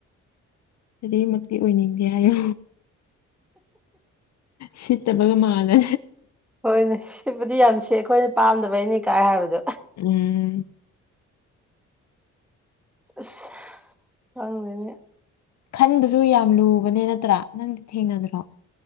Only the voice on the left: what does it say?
ꯑꯃꯛꯇꯤ ꯑꯣꯏꯅꯤꯡꯗꯦ ꯍꯥꯏꯌ ꯁꯤꯠꯇꯕꯒ ꯃꯥꯜꯅꯅꯦ
ꯎꯝ
ꯈꯟꯕꯁꯨ ꯌꯥꯝ ꯂꯨꯕꯅꯦ ꯅꯠꯇ꯭ꯔꯥ ꯅꯪꯗꯤ ꯊꯦꯡꯅꯗ꯭ꯔꯣ